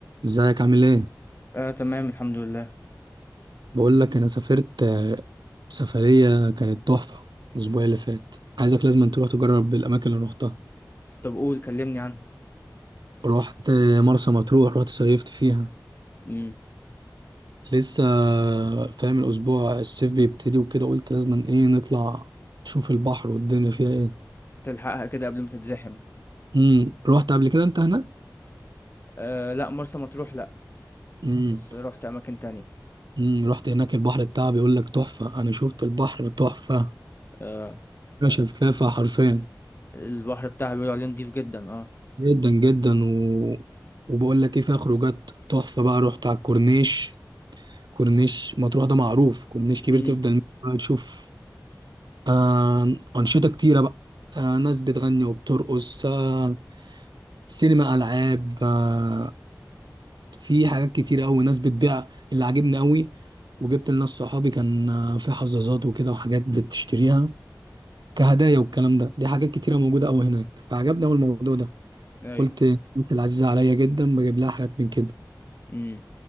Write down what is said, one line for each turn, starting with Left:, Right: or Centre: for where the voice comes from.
Right: ازيك عامل ايه
Left: آه تمام الحمد لله
Right: بقول لك انا سافرت آه، سفريه كانت تحفه الاسبوع اللي فات عايزك لازم تروح تجرب الاماكن اللي روحتها
Left: طب قول كلمني عنها
Right: رحت آه، مرسى مطروح رحت صيفت فيها
Left: امم
Right: لسه آه، فاهم الاسبوع الصيف بيبتدي وكده قلت لازم ايه نطلع نشوف البحر والدنيا فيها ايه
Left: تلحقها كده قبل ما تتزحم
Right: امم رحت قبل كده انت هناك
Left: آه لا مرسى مطروح لا
Right: امم
Left: بس رحت اماكن تانية
Right: امم رحت هناك البحر بتاعها بيقول لك تحفه انا شفت البحر تحفه
Left: آه
Right: شفافه حرفيا
Left: البحر بتاعها بيقولوا عليه نضيف جدا اه
Right: جدا جدا و... وبقول لك ايه فيها خروجات تحفه بقى رحت على الكورنيش كورنيش مطروح ده معروف كورنيش كبير
Left: امم
Right: تفضل ماشي بقى تشوف آه... انشطه كتيره بقى آه... ناس بتغني وبترقص آه... سينما العاب آه... في حاجات كتيره قوي ناس بتبيع اللي عاجبني قوي وجبت لناس صحابي كان آه، في حظاظات وكده وحاجات بتشتريها كهدايا والكلام ده دي حاجات كتيره موجوده قوي هناك فعجبني قوي الموضوع ده
Left: ايوه
Right: قلت الناس العزيزه عليا جدا بجيب لها حاجات من كده
Left: امم